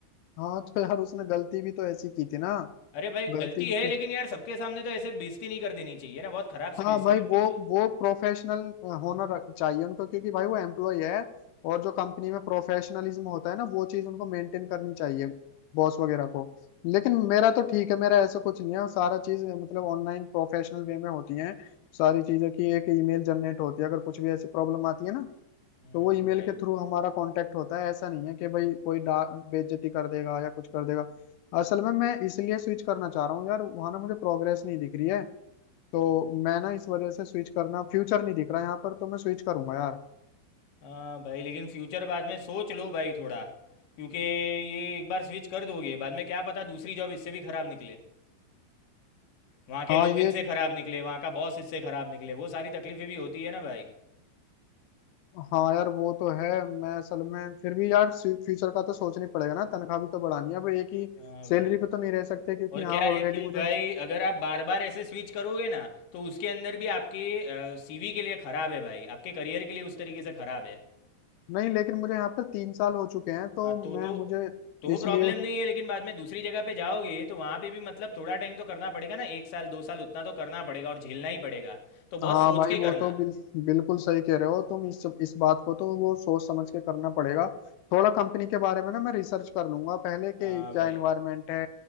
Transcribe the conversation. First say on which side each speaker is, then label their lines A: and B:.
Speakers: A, on the left; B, on the left.
A: हाँ तो यार उसने गलती भी तो ऐसी की थी ना
B: अरे भाई गलती
A: गलती भी
B: है
A: तो
B: लेकिन यार सबके सामने तो ऐसे बेइज्जती नहीं कर देनी चाहिए ना बहुत खराब
A: हाँ
B: से बेइज्जती
A: भाई
B: कर
A: वो
B: दी भाई
A: वो प्रोफेशनल होना रख- चाहिए उनको क्योंकि भाई वो एम्प्लॉय है और जो कंपनी में प्रोफेशनलिज्म होता है ना वो चीज उनको मेंटेन करनी चाहिए बॉस वगैरह को लेकिन
B: हाँ,
A: मेरा तो ठीक है मेरा ऐसा कुछ नहीं है सारा चीज मतलब ऑनलाइन प्रोफेशनल वे में होती है सारी चीजें कि एक ईमेल जनरेट होती है अगर कुछ भी ऐसी प्रॉब्लम आती है ना
B: हम्म,
A: तो वो ईमेल
B: भाई
A: के थ्रू हमारा कांटेक्ट होता है ऐसा नहीं है कि भाई कोई डा बेइज्जती कर देगा या कुछ कर देगा असल में मैं इसलिए स्विच करना चाह रहा हूँ यार वहां ना मुझे प्रोग्रेस नहीं दिख रही है तो
B: हम्म,
A: मैं ना इस वजह से स्विच करना फ्यूचर नहीं दिख रहा यहाँ पर तो मैं स्विच करूंगा यार
B: हाँ भाई लेकिन फ्यूचर बाद में सोच लो भाई थोड़ा क्योंकि ये एक बार स्विच कर दोगे बाद में क्या पता दूसरी जॉब इससे भी खराब निकले वहाँ के
A: हाँ
B: लोग
A: ये
B: इनसे खराब निकले वहाँ का बॉस इससे खराब निकले वो सारी तकलीफें भी होती है ना भाई
A: हाँ यार वो तो है मैं असल में फिर भी यार फ्यूचर का तो सोचना ही पड़ेगा ना तनख्वाह भी तो बढ़ानी है अब एक ही
B: हाँ भाई
A: सैलरी पे तो नहीं रह सकते क्योंकि
B: और
A: यहाँ
B: क्या
A: ऑलरेडी
B: है कि
A: मुझे
B: भाई अगर आप बार बार ऐसे स्विच करोगे ना तो उसके अंदर भी आपके सीवी के लिए खराब है भाई आपके करियर के लिए उस तरीके से खराब है
A: नहीं लेकिन मुझे यहाँ पर तीन साल हो चुके हैं तो
B: हाँ तो
A: मैं
B: तो
A: मुझे
B: तो
A: इसलिए
B: प्रॉब्लम नहीं है लेकिन बाद में दूसरी जगह पे जाओगे तो वहाँ पे भी मतलब थोड़ा टाइम तो करना पड़ेगा ना एक साल दो साल उतना तो करना पड़ेगा और झेलना ही पड़ेगा तो बहुत
A: हाँ
B: सोच
A: भाई
B: के
A: वो
B: करना
A: तो बिल, बिल्कुल सही कह रहे हो तुम इस इस बात को तो वो सोच समझ के करना पड़ेगा थोड़ा कंपनी के बारे में ना मैं रिसर्च कर लूंगा पहले के
B: हाँ
A: क्या
B: भाई
A: एनवायरनमेंट है